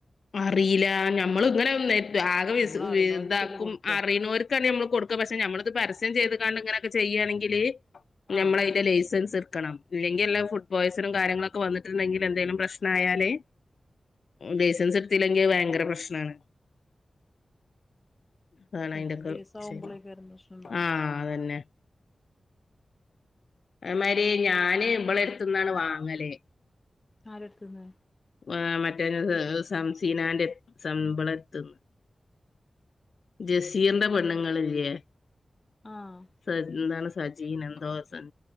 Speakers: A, on the left; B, on the left.
A: അറീലാ ഞമ്മള് ഇങ്ങനെ ഒന്നായിറ്റ് ആകെ വിസ്
B: നമ്മള് അറിണോൽക്കല്ലേ
A: വി ഇതാക്കും
B: കൊടുക്കാ
A: അറിണോര് ക്കാണെ നമ്മള് കൊട്ക്ക പക്ഷെ നമ്മള്ത് പരസ്യം ചെയ്ത്ക്കാണ്ട് ഇങ്ങനെക്കെ ചെയ്യാണെങ്കില്
B: ആഹ്
A: ഞമ്മള് അയിന്റെ
B: പരസ്യയ്ക്കാരം
A: ലൈസൻസ് ഇട്ക്കണം ഇല്ലെങ്കി എല്ലാ ഫുഡ് പോയിസനും കാര്യങ്ങളൊക്കെ വന്നിട്ട്ണ്ടെങ്കില് എന്തേലും പ്രശ്നായാല് ലൈസൻസ് ഇട്ത്തില്ലെങ്കിൽ അത് ഭയങ്കര പ്രശ്നാണ് അതാണ് അയിന്റെക്കെ
B: എന്തേം കേസാവുമ്പളേക്കാരം
A: ശെരി
B: പ്രശ്നണ്ടാവ
A: ആഹ് അതെന്നെ അതേമാരി ഞാന് ഇവളെട്ത്ത്ന്നാണ് വാങ്ങല്
B: ആരെട്ത്ത്ന്ന്
A: ഏഹ് മറ്റേ നത് ത് സംസീനാന്റെ സം മ്പളെത്ത്ന്ന് ജസീറിന്റെ
B: ആഹ്
A: പെണ്ണ്ങ്ങളില്ലേ
B: ആഹ്
A: സ എന്താണ് സജീനാ എന്തോ സൺ